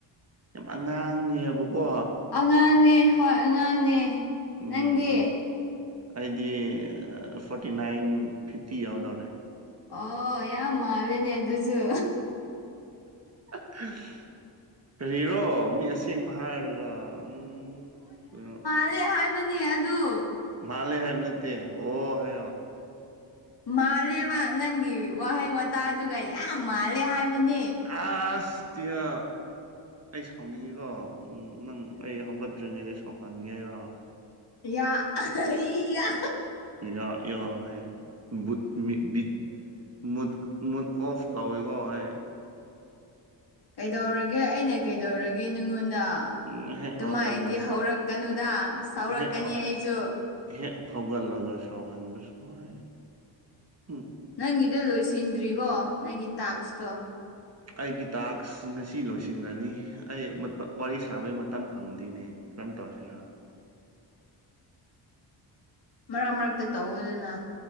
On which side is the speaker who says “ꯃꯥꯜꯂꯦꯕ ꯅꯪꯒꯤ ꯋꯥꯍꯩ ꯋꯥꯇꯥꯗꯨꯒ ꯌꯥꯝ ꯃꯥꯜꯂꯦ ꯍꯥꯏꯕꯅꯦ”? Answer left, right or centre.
Left